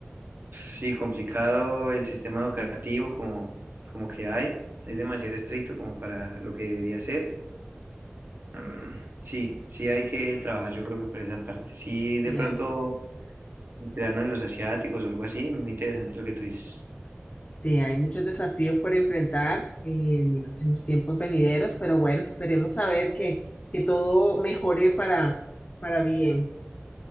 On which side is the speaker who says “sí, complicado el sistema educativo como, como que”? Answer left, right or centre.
Right